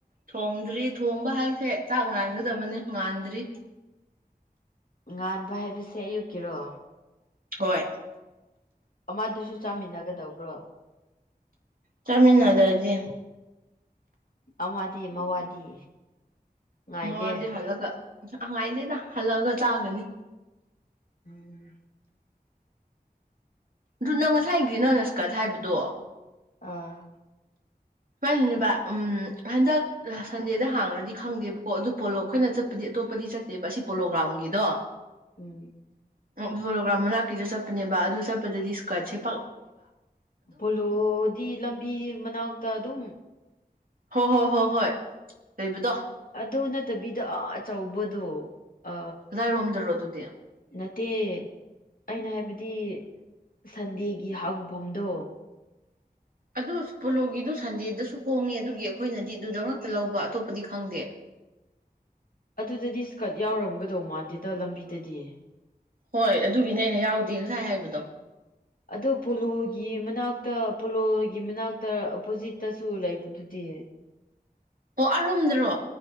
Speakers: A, on the right; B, on the left.
A: ꯊꯣꯡꯗ꯭ꯔꯤ ꯊꯣꯡꯕ ꯍꯥꯏꯁꯦ ꯆꯥꯛ ꯉꯥꯟꯒꯗꯕꯅꯤ ꯉꯥꯟꯗ꯭ꯔꯤ
B: ꯉꯥꯟ ꯕ ꯍꯥꯏꯕꯁꯦ ꯑꯌꯨꯛꯀꯤꯔꯣ
A: ꯍꯣꯏ
B: ꯑꯃꯗꯨꯁꯨ ꯆꯥꯃꯤꯟꯅꯒꯗꯧꯕ꯭ꯔꯣ
A: ꯆꯃꯤꯅ ꯅꯖꯔꯗꯤ
B: ꯑꯋꯥꯗꯤ ꯃꯋꯥꯗꯤ ꯉꯥꯏꯗꯦ
A: ꯃꯗꯤ ꯍꯜꯂꯒ ꯉꯥꯏꯗꯦꯗ ꯍꯜꯂꯛꯑꯒ ꯆꯥꯒꯅꯤ
B: ꯎꯝ
A: ꯑꯗꯨ ꯅꯪ ꯉꯁꯥꯏꯒꯤ ꯅꯪ ꯅꯁꯀꯠ ꯍꯥꯏꯕꯗꯣ
B: ꯑꯥ
A: ꯁꯨꯃꯥꯏꯅꯅꯦꯕ ꯎꯝ ꯍꯟꯗꯛ ꯁꯟꯗꯦꯗ ꯍꯥꯡꯉꯗꯤ ꯈꯪꯗꯦꯕꯀꯣ ꯑꯗꯨ ꯄꯣꯂꯣ ꯑꯩꯈꯣꯏꯅ ꯆꯠꯄꯗꯤ ꯑꯇꯣꯞꯄꯗꯤ ꯆꯠꯇꯦꯕ ꯑꯁꯤ ꯄꯣꯂꯣ ꯒ꯭ꯔꯥꯎꯟꯒꯤꯗꯣ
B: ꯎꯝ
A: ꯑꯣꯕꯨꯣ ꯀ꯭ꯔꯍꯃꯅꯥ ꯆꯠꯄꯅꯦꯕ ꯑꯗꯨ ꯆꯞꯄꯗꯗꯤꯀꯠꯦ
B: ꯄꯣꯂꯣꯗꯤ ꯂꯝꯕꯤ ꯃꯅꯥꯛ ꯇ ꯑꯗꯨꯨꯝ
A: ꯍꯣ ꯍꯣ ꯍꯣ ꯍꯣꯏ ꯂꯩꯕꯗꯣ
B: ꯑꯗꯨ ꯅ ꯐꯠꯇꯕꯤꯗ ꯑ ꯑꯆꯧꯕꯗꯣ ꯑ
A: ꯀꯗꯥꯏꯔꯣꯝꯗꯔꯣ ꯑꯗꯨꯗꯤ
B: ꯅꯠꯇꯦ ꯑꯩꯅ ꯍꯥꯏꯕ ꯍꯥꯏꯕꯗꯤ ꯁꯟꯗꯦꯒꯤ ꯍꯥꯡꯐꯝꯗꯣ
A: ꯑꯗꯨ ꯄꯣꯂꯣꯒꯤꯗꯨꯣ ꯁꯟꯗꯦꯗꯁꯨ ꯍꯣꯡꯉꯦ ꯑꯗꯨꯒꯤ ꯑꯩꯈꯣꯏꯅꯗꯤ ꯑꯗꯨꯗ ꯉꯛꯇ ꯂꯧꯕ ꯑꯇꯣꯞꯄꯗꯤ ꯈꯪꯗꯦ
B: ꯑꯗꯨꯗꯗꯤ ꯏꯁꯀꯠ ꯌꯥꯎꯔꯝꯒꯗꯧ ꯃꯥꯟꯗꯦꯗ ꯂꯝꯕꯤꯗꯗꯤꯌꯦ
A: ꯍꯣꯏ ꯑꯗꯨꯒꯤꯅꯦ ꯑꯩꯅ ꯌꯥꯎꯗꯦ ꯉꯁꯥꯏ ꯍꯥꯏꯕꯗꯣ
B: ꯑꯗꯨ ꯄꯣꯂꯣꯒꯤ ꯃꯅꯥꯛꯇ ꯄꯣꯂꯣꯒꯤ ꯃꯅꯥꯛꯇ ꯑꯣꯄꯣꯖꯤꯠꯇꯁꯨ ꯂꯩꯕꯗꯨꯗꯤ
A: ꯑꯣ ꯑꯔꯣꯝꯗ꯭ꯔꯣ